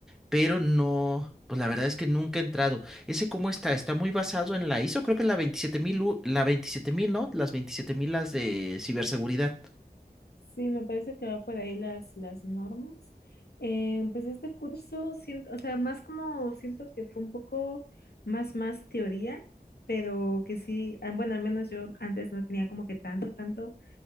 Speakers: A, in the centre; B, on the left.
A: pero no, pues la verdad es que nunca he entrado. ¿Ese cómo está? Está muy basado en la ISO, creo que es la 27000, u- la veintisiete mil ¿no? Las veintisiete mil las de ciberseguridad.
B: Sí, me parece que va por ahí las, las normas. Eh, pues este curso, siento, o sea, más como siento que fue un poco más, más teoría, pero que sí, ah, bueno, al menos yo antes no tenía como que tanto, tanto